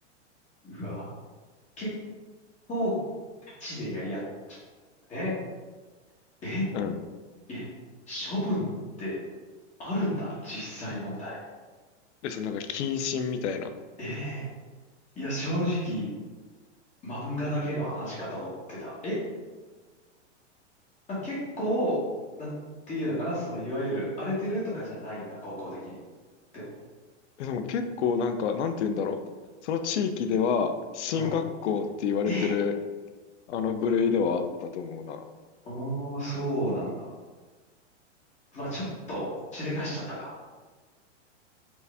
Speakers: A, on the left; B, on the left.
A: <laughs> うわ。結構、ガチでやり合ったね。え、
B: うん。
A: え、処分ってあるんだ、実際問題。
B: で、そのなんか、謹慎みたいな。
A: ええいや、正直、漫画だけの話かと思ってた。え、あ、結構、なんていうのかな、その、いわゆる荒れてるとかじゃないんだ、高校的に。でも、
B: でも結構なんか、なんて言うんだろう、その地域では、進学校って言われてる、
A: うん。え、
B: あの部類ではあったと思うな。
A: おー、そうなんだ。まあ、ちょっと、しでかしちゃったか。